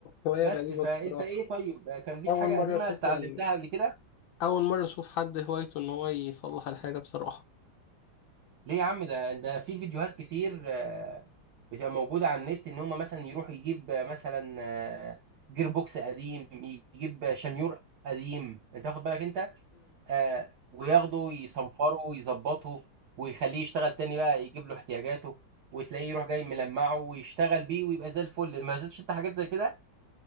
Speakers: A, on the left; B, on the right.
A: هواية
B: بس
A: غريبة
B: فانت
A: بصراحة
B: ايه طيب كان ليك
A: أول
B: حاجه
A: مرة
B: قديمه
A: أشوف
B: اتعلمتها
A: يعني
B: قبل كده
A: أول مرة أشوف حد هوايته إن هو يصلح الحاجة بصراحة
B: ليه يا عم ده ده في فيديوهات كتير آه، بتبقى موجودة على النت إن هم مثلا يروح يجيب آه، مثلا آه، جير بوكس قديم يجيب آه، شنيور قديم أنت واخد بالك أنت آه، وياخده يصنفره ويظبطه ويخليه يشتغل تاني بقى يجيب له احتياجاته وتلاقيه يروح جاي ملمعه ويشتغل بيه ويبقى زي الفل ما شفتش انت حاجات زي كده